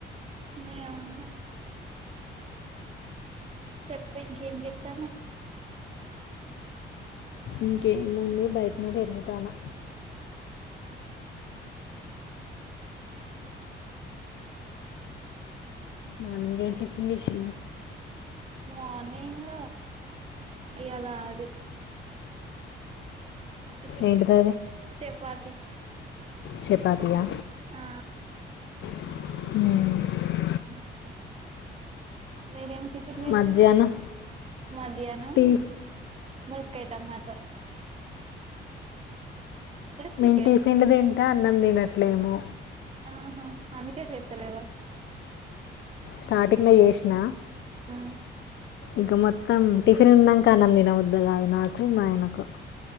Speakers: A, on the right; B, on the left.
A: నేను చెప్తే ఇంకేంజేత్తన్నవ్
B: ఇంకేముంది బయటనే తిరుగుతానా మనింగ్ ఏంటిఫిన్ చెషిల్లు
A: మార్నింగ్ ఇవాలా అది టిఫిన్
B: ఏంటిది
A: చేపాతి
B: చేపతియా
A: ఆ
B: హ్మ్మ్
A: హా మీరేమి టిఫిన్ చేసారు
B: మధ్యాహ్నం
A: మధ్యాహ్నం
B: టీ
A: ములుకయి టమటా చికెన్
B: మేన్ టిఫిన్లు తింటే అన్నం తినట్లేము
A: ఆహా అందుకే చేతలేదా
B: స్టార్టింగ్ లో చేసిన
A: ఆ
B: ఇంక మొత్తం టిఫిన్ తిన్నాక అన్నం తినబుద్ధి కాదు నాకు మా ఆయనకు